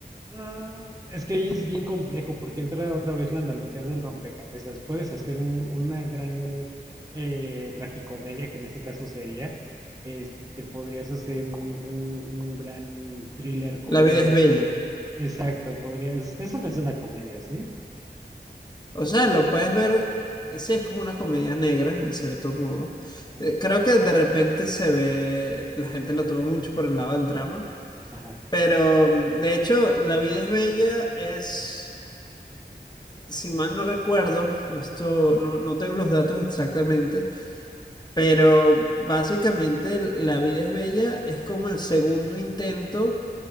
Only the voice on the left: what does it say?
La vida es bella.
O sea, lo puedes ver, sí, es como una comedia negra, en cierto modo.
Eh, Creo que de repente se ve, la gente lo toma mucho por el lado del drama.
Pero mm, de hecho, La vida es bella es, si mal no recuerdo, esto no, no tengo los datos exactamente, pero básicamente La vida es bella es como el segundo intento